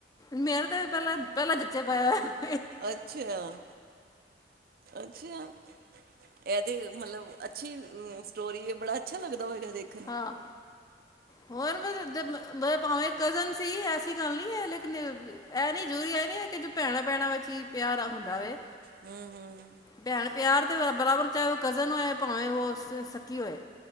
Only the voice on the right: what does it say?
ਅੱਛਾ, ਅੱਛਾ! ਐਹ ਤੇ ਮਲਬ ਅੱਛੀ ਸਟੋਰੀ ਏ, ਬੜਾ ਅੱਛਾ ਲੱਗਦਾ ਹੋਏਗਾ ਦੇਖ ਕੇ
ਹੁੰ-ਹੁੰ।